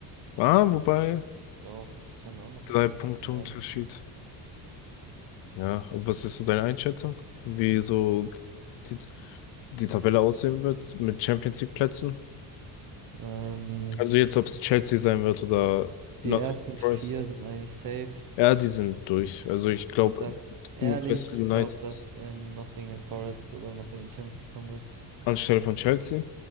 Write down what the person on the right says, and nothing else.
doch, das kann auch noch
was
werden.
Ähm,
die ersten
vier sind eigentlich safe.
Ich sag ehrlich,
ich
glaube, dass ähm, Nottingham Forest sogar noch in die Champions League kommen wird.